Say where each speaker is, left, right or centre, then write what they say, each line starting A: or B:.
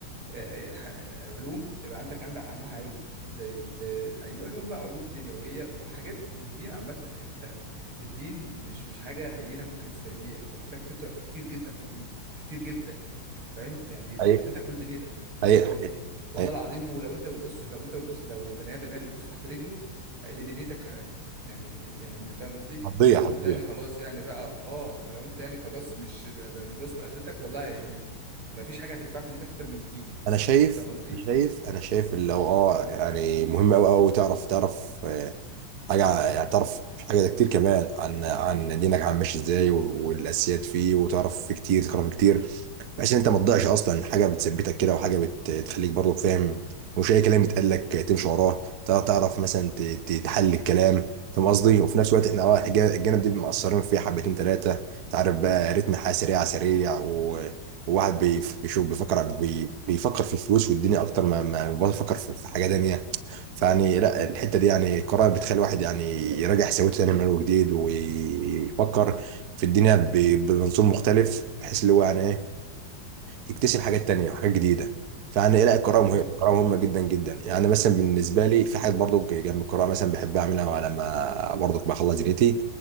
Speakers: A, on the right (about 80°); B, on the right (about 55°).
A: آه، ح- علوم تبقى عندك عندك عنها علم زي ال- اي علوم بقى علوم دنيويه وحاجات والدين عامه يعني انت الدين مش مش حاجه هينه ممكن تستعين بيها انت محتاج تقرا كتير جدا في الدين كتير جدا فاهم يعني لاخرتك
B: هي
A: ولدنيتك
B: هي
A: فاهم قصدي والله
B: هي-
A: العظيم ولو انت بتبص لو انت بتبص لو البني ادم يعني بيبص تحت رجله آه، لدنيتك كمان يعني يعني انت فاهم قصدي
B: هتضيع
A: يعني لو
B: هتضيع
A: انت يعني خلاص يعني بقى اه فلو انت يعني خلاص مش مش باصص لاخرتك والله يعني ما فيش حاجه هتنفعك في دنيتك اكتر من الدين
B: انا شايف
A: فاهم قصدي
B: انا شايف انا شايف اللي هو اه يعني مهم قوي قوي تعرف تعرف آه، حاجه يعني تعرف حاجه ده كتير كمان عن عن دينك عم ماشي ازاي والاساسيات فيه وتعرف فيه كتير تقرا فيه كتير بحيث ان انت ما تضيعش اصلا حاجه بتثبتك كده وحاجه بت- بتخليك برضو فاهم مش اي كلام يتقال لك تمشي وراه تع- تعرف مثلا ت- ت- تحلل الكلام فاهم قصدي وفي نفس الوقت احنا اه الج- الجانب دي مقصرين فيه حبتين ثلاثه انت عارف بقى رتم الحياه سريع سريع و- وواحد بي- بيشوف بيفكر بي- بيفكر في الفلوس والدنيا اكتر ما ما بفكر في في حاجه تانيه فيعني لا الحته دي يعني قرار بتخلي الواحد يعني يراجع حساباته تاني من اول وجديد ويفكر في الدنيا ب- بمنظور مختلف بحيث اللي هو يعني ايه يكتشف حاجات تانية وحاجات جديدة فأنا إيه لا القراءة مهمة
A: ايوه
B: القراءة مهمة جدا جدا يعني مثلا بالنسبة لي في حاجات برضو جنب القراءة مثلا بحب أعملها لما برضو بخلص دنيتي